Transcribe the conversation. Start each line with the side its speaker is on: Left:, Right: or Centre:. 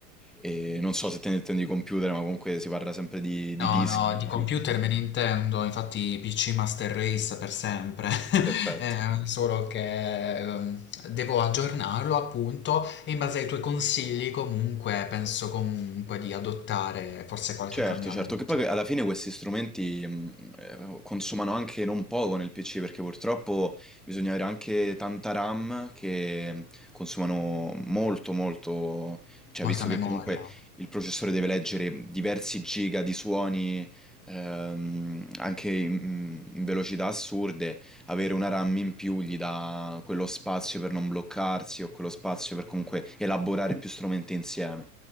Centre: E non so se te ne intendi computer, ma comunque si parla sempre di, di
Left: No,
Centre: dischi
Left: no, di computer
Centre: rigidi.
Left: me ne intendo, infatti PC Master Race per sempre,
Centre: Perfetto.
Left: <laughs> Eh, solo che ehm, devo aggiornarlo appunto e in base ai tuoi consigli comunque penso comunque di adottare forse qualche
Centre: Certo,
Left: cambiamento.
Centre: certo, che poi alla fine questi strumenti mh, eh, consumano anche non poco nel PC perché purtroppo bisogna avere anche tanta RAM che consumano molto molto, cioè visto
Left: Molta
Centre: che
Left: memoria.
Centre: comunque il processore deve leggere diversi giga di suoni ehm, anche in, in velocità assurde, avere una RAM in più gli dà quello spazio per non bloccarsi o quello spazio per comunque elaborare più strumenti insieme.